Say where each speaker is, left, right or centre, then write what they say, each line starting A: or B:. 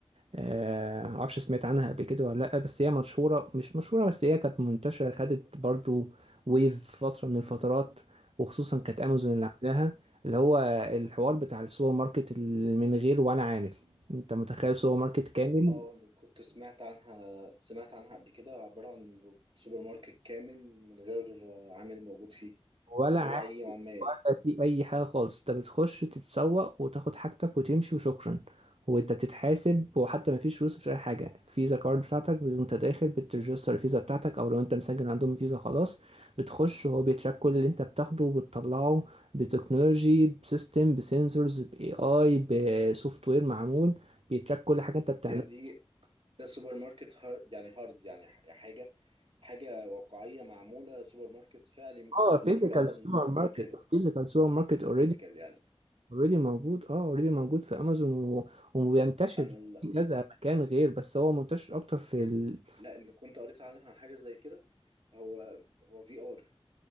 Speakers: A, on the right; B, on the right.
A: آه، معرفش سمعت عنها قبل كده ولا لأ بس هي مشهورة مش مشهورة بس هي كانت منتشرة خدت برضو ويف فترة من الفترات وخصوصا كانت أمازون اللي عاملاها اللي هو الحوار بتاع السوبر ماركت اللي من غير ولا عامل انت متخيل سوبر ماركت كامل
B: اه أنا كنت سمعت عنها سمعت عنها قبل كده عبارة عن سوبر ماركت كامل من غير عامل موجود فيه
A: ولا
B: من غير أي عمال
A: ولا في اي حاجه خالص انت بتخش تتسوق وتاخد حاجتك وتمشي وشكرا وانت بتتحاسب وحتى ما فيش فلوس مفيش اي حاجه الفيزا كارد بتاعتك وانت داخل بترجستر الفيزا بتاعتك او لو انت مسجل عندهم الفيزا خلاص بتخش وهو بيتراك كل اللي انت بتاخده وبتطلعه بتكنولوجي بسيستم بسنسورز باي اي بسوفت وير معمول بيتراك كل حاجه انت بتعملها
B: دي دي ده سوبر ماركت هار يعني هارد يعني ح- حاجة حاجة واقعية معمولة سوبر ماركت فعلي
A: اه
B: مبني
A: فيزيكال
B: فعلا
A: سوبر ماركت
B: بكده
A: فيزيكال سوبر ماركت اوريدي
B: فيزيكال
A: <laughs>
B: يعني
A: اوريدي موجود اه اوريدي موجود في امازون و... وبينتشر
B: أنا ال-
A: في كذا مكان غير بس هو منتشر اكتر في ال...
B: لا اللي كنت قريت عنها حاجة زي كده هو هو في ار